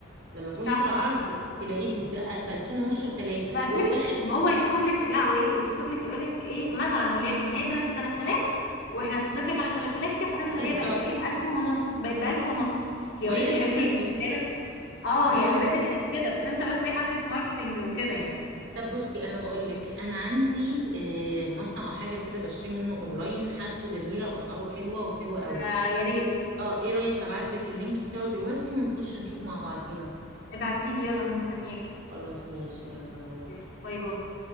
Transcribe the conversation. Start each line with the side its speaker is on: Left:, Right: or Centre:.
Right: لما تروحي
Left: صح
Right: في العرض تلاقيه بيتبقى ب 2000 ونص وثلاثه
Left: بقى الفكرة
Right: هو واخد
Left: وهو يشطب لك لا وايه ويشطب لك يقول لك ايه مثلا وليكن هي كانت ب 3000 واحنا شطب لك على ال 3000 دي حطيت
Right: بالظبط
Left: اللي هي بقت ايه ب 1000 ونص بقت ب 1000 ونص هي
Right: وهي
Left: اوريدي
Right: اساسا
Left: حبيبي
Right: كان
Left: هي اه
Right: اه
Left: هي اوريدي كانت كده بس انت بس ايه حركة ماركتينج وكده يعني
Right: طب بصي انا بقول لك انا عندي آه، مصنع او حاجه كده بشتري منه اونلاين حاجته جميله واسعاره حلوه وحلوه قوي
Left: آه يا ريت
Right: اه ايه رايك ابعت لك اللينك بتاعه دلوقتي ونخش نشوف مع بعضينا
Left: ابعتيلي يلا انا مستنياك
Right: خلاص ماشي يلا باي
Left: يلا باي باي